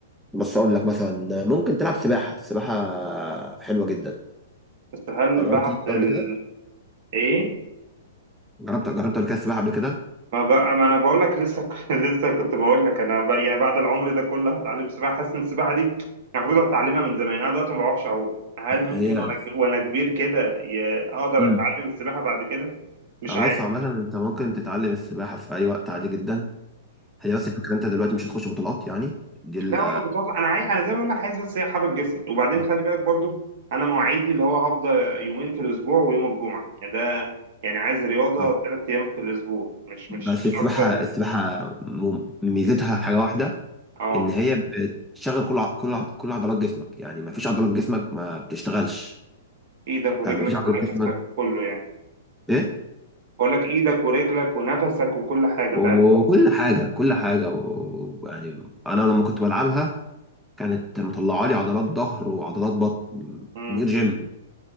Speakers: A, in the centre; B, on the right.
A: بس اقول لك مثلا آه، ممكن تلعب سباحه السباحه حلوه جدا
B: بس هل
A: جربت
B: بعد
A: تلعب سباحة
B: ال...
A: قبل كده
B: ايه
A: جربت جربت قبل كده السباحه قبل كده
B: ما بقى ما انا بقول لك لسه <laughs> لسه كنت بقول لك انا بقى يعني بعد العمر ده كله هتعلم سباحة حاسس ان السباحة دي كان المفروض اتعلمها من زمان انا دلوقتي ما بعرفش اعوم هل ممكن
A: هي
B: وانا وانا كبير كده ي- اقدر
A: امم
B: اتعلم السباحة بعد كده مش
A: انا
B: عارف
A: بص عامه انت ممكن تتعلم السباحه في اي وقت عادي جدا هي بس الفكره انت دلوقتي مش هتخش بطولات يعني دي ال
B: لا ولا بطاطا انا عايز انا زي ما بقول لك عايز بس هي حرك جسمي وبعدين
A: آه،
B: خلي بالك برضو انا مواعيدي اللي هو هفضل يومين في الاسبوع ويوم الجمعه يعني ده يعني عايز رياضه
A: آه.
B: ثلاث ايام في الاسبوع مش
A: بس
B: مش مش
A: السباحه
B: اكتر من
A: السباحه م- ميزتها حاجه واحده
B: اه
A: ان هي بتشغل كل ع- كل ع- كل عضلات جسمك يعني ما فيش عضلات جسمك ما بتشتغلش
B: ايدك ورجلك
A: آه، ما فيش عضلات
B: ونفسك
A: جسمك
B: وكله يعني
A: ايه
B: بقول لك ايدك ورجلك ونفسك وكل حاجه
A: وكل
B: فعلا
A: حاجه كل حاجه و- ويعني انا لما كنت بلعبها كانت مطلعه لي عضلات ظهر وعضلات بطن
B: امم
A: من غير جيم